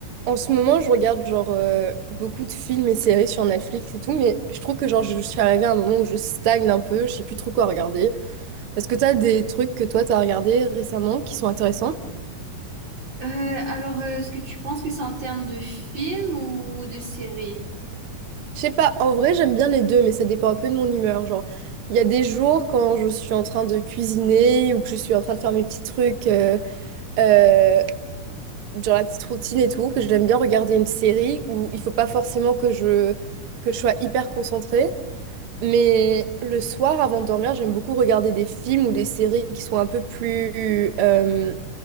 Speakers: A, on the right; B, on the right.
A: En ce moment, je regarde genre euh, beaucoup de films et séries sur Netflix et tout, mais je trouve que genre je suis arrivée à un moment où je stagne un peu, je sais plus trop quoi regarder. Est-ce que t'as des trucs que toi t'as regardé récemment qui sont intéressants?
B: Euh, alors, euh, est-ce que tu penses que c'est en termes de film ou de série?
A: Je sais pas, en vrai j'aime bien les deux, mais ça dépend un peu de mon humeur. Genre, il y a des jours quand je suis en train de cuisiner ou que je suis en train de faire mes petits trucs, euh, euh, genre la petite routine et tout, que j'aime bien regarder une série où il faut pas forcément que je que je sois hyper concentrée. Mais le soir, avant de dormir, j'aime beaucoup regarder des films ou des séries qui sont un peu plus euh,